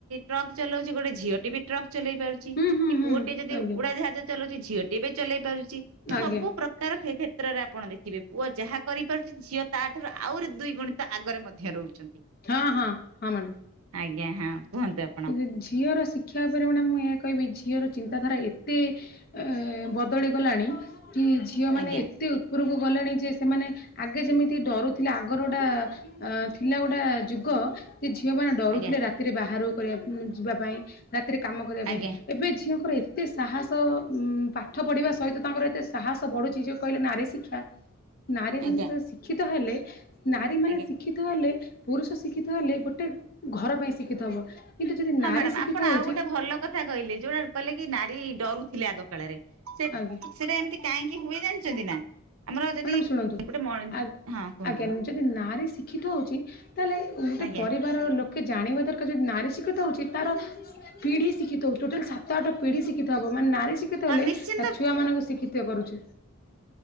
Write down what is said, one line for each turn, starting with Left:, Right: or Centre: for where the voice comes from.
Right: ଟ୍ରକ୍ ଚଲଉଛି ଗୋଟେ ଝିଅଟି ବି ଟ୍ରକ୍ ଚଲେଇ ପାରୁଛି।
Left: ହୁଁ ହୁଁ
Right: କି
Left: ହୁଁ
Right: ପୁଅଟିଏ ଯଦି
Left: ଆଜ୍ଞା
Right: ଉଡାଜାହାଜ ଚଲଉଛି ଝିଅଟିଏ ବି ଚଲେଇ ପାରୁଛି
Left: ଆଜ୍ଞା।
Right: ସବୁ ପ୍ର କାର କ୍ଷେ କ୍ଷେ କ୍ଷେତ୍ରରେ ଆପଣ ଦେଖିବେ ପୁଅ ଯାହା କରିପାରୁଛି ଝିଅ ତା ଠାରୁ ଆହୁରି ଦୁଇ ଗୁଣି ତ ଆଗରେ ମଧ୍ୟ ରହୁଛନ୍ତି।
Left: ହଁ ହଁ ହଁ ମ୍ୟାଡ଼ାମ୍।
Right: ଆଜ୍ଞା ହଁ କୁହନ୍ତୁ ଆ
Left: କିନ୍ତୁ ଝିଅର ଶିକ୍ଷା ଉପରେ ମ୍ୟାଡ଼ାମ ମୁଁ ଏହା କହିବି ଝିଅର ଚିନ୍ତାଧାରା ଏତେ ଏ ବଦଳି ଗଲାଣି କି ଝିଅ ମାନେ
Right: ଆଜ୍ଞା
Left: ଏ ଏତେ ଉପୁରୁକୁ ଗଲେଣି ଯେ ସେମାନେ ଆଗେ ଯେମିତି ଡରୁଥିଲେ ଆଗର ଗୋଟା। ଅ ଥିଲା ଗୋଟେ ଯୁଗ ସେ ଝିଅ ମାନେ ଡରୁଥିଲେ
Right: ଆଜ୍ଞା
Left: ରାତିରେ ବାହାର କରିବା ଯିବା ପାଇଁ। ରାତିରେ କାମ କରିବା
Right: ଆଜ୍ଞା
Left: ପାଇଁ ଏବେ ଝିଅଙ୍କର ଏ ଏତେ ସାହାସ ଉଁ ପାଠ ପଢ଼ିବା ସହିତ ତାଙ୍କର ଏତେ ସାହସ ବଢୁଛି ଯୋଉ କହିଲେ ନାରୀ ଶିକ୍ଷା। ନାରୀ ମାନେ
Right: ଆଜ୍ଞା
Left: ଯେତେବେଳେ ଶିକ୍ଷିତ ହେଲେ ନାରୀ ମାନେ
Right: ଆଜ୍ଞା
Left: ଶିକ୍ଷି ଶିତ ହେଲେ ପୁରୁଷ ଶିକ୍ଷିତ ହେଲେ ଗୋଟେ ଘର ପାଇଁ ଶିକ୍ଷିତ ହବ। କିନ୍ତୁ ଯଦି
Right: ହଁ
Left: ନାରୀ
Right: ମ୍ୟାଡାମ
Left: ଶିକ୍ଷିତ
Right: ଆପଣ ଆଉ
Left: ହଉଛି
Right: ଗୋଟେ ଭଲ କ କଥା କହିଲେ ଯୋଉଟା କହିଲେ କି ନାରୀ ଡରୁଥିଲେ ଆଗ କାଳରେ ସେ
Left: ଆଜ୍ଞା
Right: ସେଇଟା ଏମିତି କାହିଁକି ହୁଏ ଜାଣିଛନ୍ତି ନା ଆମର ଯଦି
Left: ମ୍ୟାଡ଼ାମ ଶୁଣନ୍ତୁ
Right: ଗୋଟେ ମ
Left: ଆ
Right: ହଁ କୁହନ୍ତୁ।
Left: ଆଜ୍ଞା ଯଦି ନାରୀ ଶିକ୍ଷିତ ହେଉଛି ତାହେଲେ ଗୋଟେ
Right: ଆଜ୍ଞା
Left: ପରିବାରର ଲୋ କେ ଜାଣିବା ଦରକାର ଯଦି ନାରୀ ଶିଖିତ ହଉଛି ତାର ପିଢି ଶିଖିତ ହୁ ଟୋଟାଲ ସାତ ଆଠ ପିଢି ଶିଖିିତହେବ ମାନେ ନାରୀ ଶିଖ ଶିକ୍ଷିତ
Right: ହଁ
Left: ହେଲେ
Right: ନିଶ୍ଚିନ୍ତ
Left: ତା ଛୁଆ ମାନଙ୍କୁ ଶିକ୍ଷିତ କରୁଛି।